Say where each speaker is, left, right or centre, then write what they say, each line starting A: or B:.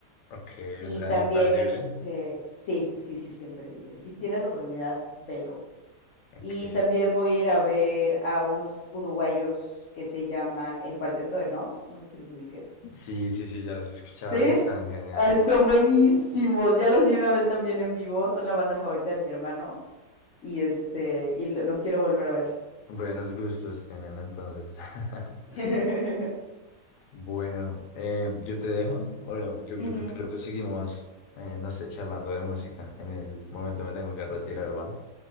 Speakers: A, on the left; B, on the left.
A: Ok,
B: Y
A: o sea,
B: también,
A: imperdible.
B: este, sí, sí, sí, está imperdible. Si tienes la oportunidad, velo.
A: Ok.
B: Y también voy a ir a ver a unos uruguayos que se llaman El Cuarteto de Nos, no sé si los ubiques.
A: Sí, sí, sí, ya los he escuchado
B: Sí,
A: y están geniales.
B: Ay, son buenísimos. Ya los vi una vez también en vivo, son la banda favorita de mi hermano y este y lo- los quiero volver a ver.
A: Buenos gustos tienen entonces. <laughs>
B: <laughs>
A: Bueno, eh, yo te dejo. Bueno, yo,
B: Ujú.
A: yo creo que luego seguimos, eh, no sé, charlando de música. En el momento me tengo que retirar, ¿va?